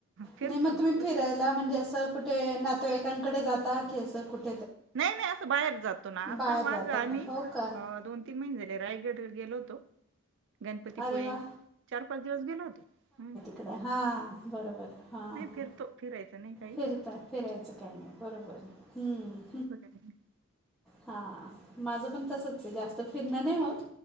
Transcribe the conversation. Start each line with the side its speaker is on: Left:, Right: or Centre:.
Right: फिरतो
Centre: नाही मग
Right: ना
Centre: तुम्ही
Right: तसं
Centre: फिरायला
Right: नाही काही.
Centre: म्हणजे असं कुठ ते नातेवाईकांकडे जाता की असं कुठं
Right: नाही नाही असं बाहेर जातो ना आता
Centre: बाहेर जाता
Right: आम्ही
Centre: का हो का
Right: दोन तन तीन महिने झाले रायगड गेलो होतो गणपतीपुळे
Centre: अरे वा
Right: चार पाच दिवस गेलो होतो हम्म
Centre: इकडे हां बरोबर हां हां
Right: फिरतो, फिरायचं नाही का
Centre: फिरता फिरायचं काही नाही बरोबर हम्म
Right: कोण बोलताय एक मिनिट
Centre: हा माझं पण तसच जास्त फिरणं नाही होत